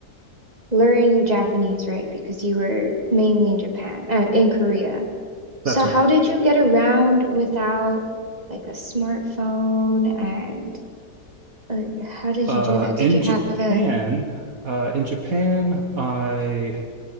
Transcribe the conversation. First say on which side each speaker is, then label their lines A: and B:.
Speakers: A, on the right; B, on the right.
A: learn Japanese, right? Because you were mainly in Japan, uh, in Korea. So
B: That's right.
A: how did you get around without like a smartphone and uh, how did
B: Uh,
A: you do that? Did
B: in
A: you have
B: Japan,
A: a,
B: uh, in Japan, I